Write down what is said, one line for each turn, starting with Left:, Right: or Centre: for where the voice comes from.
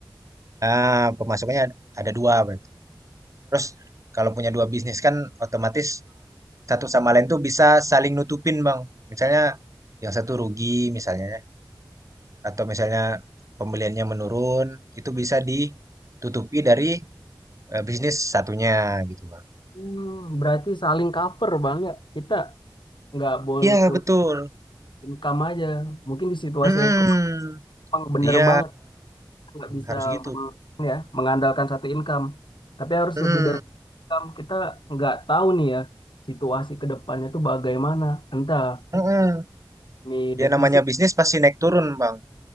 Right: ah, pemasukannya ada ada dua berarti. Terus kalau punya dua bisnis kan otomatis satu sama lain tuh bisa saling nutupin Bang. Misalnya yang satu rugi misalnya atau misalnya pembeliannya menurun itu bisa ditutupi dari Eh, bisnis satunya gitu bang.
Left: Hmm, berarti saling cover bang ya. Kita nggak boleh
Right: Iya
Left: pull
Right: betul.
Left: income aja. Mungkin di situasi
Right: Mm-mm.
Left: ekonomi Bang, bener
Right: Iya
Left: banget Kita nggak bisa
Right: harus gitu.
Left: me- ya mengandalkan satu income. Tapi harus
Right: Mm-mm.
Left: lebih dari income. Kita nggak tahu nih ya situasi ke depannya itu bagaimana. Entah
Right: Mm-mm.
Left: nih defisit.
Right: Ya namanya bisnis pasti naik turun bang.